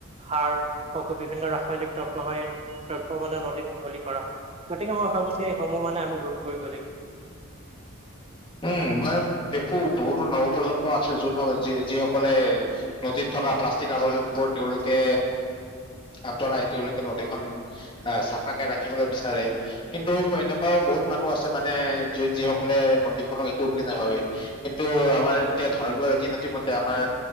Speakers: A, on the right; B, on the left.
A: আৰু বিভিন্ন ৰাসায়নিক দ্ৰব্যসন দ্ৰব্ মানে নদীত মহলি কৰা হয় গতিকে মই ভাবিছোঁ সেই সমূহ মানে আমি ৰোধ কৰিব লাগিব।
B: উম! মই দেখো বহুতো নৱপ্ৰজন্ম আছে যোন য যিসকলে নদীত থকা পালাষ্টিক আবৰ্জনা বোৰ তেওঁলোকে আঁতৰাই তেওঁলোকে নদী খন থাকে ৰাখিবলৈ বিচাৰে কিন্তু এনেকুৱাও বহুত মানুহ আছে মানে। যিসকলে নদীখনক একো বুলি নাভাবে, কিন্তু আমাৰ এতিয়া ধৰ্মীয় ৰীতি-নীতিমতে আমাৰ